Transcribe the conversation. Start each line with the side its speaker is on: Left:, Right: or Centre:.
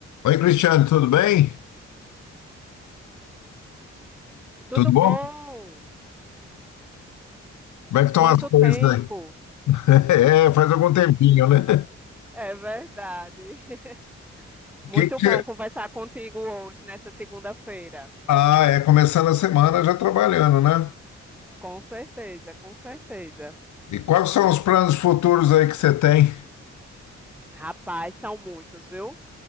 Left: Oi, Cristiano, tudo bem?
Centre: Tudo
Left: Tudo bom?
Centre: bom?
Left: Como é que estão
Centre: Quanto
Left: as coisas
Centre: tempo?
Left: aí? <laughs> É, faz algum tempinho, né?
Centre: É verdade. <laughs>
Left: <laughs>
Centre: Muito
Left: Que que...
Centre: bom
Left: é?
Centre: conversar contigo hoje, nessa segunda-feira.
Left: Ah, é começando a semana já trabalhando, né?
Centre: Com certeza, com certeza.
Left: E quais são os planos futuros aí que você tem?
Centre: Rapaz, são muitos, viu?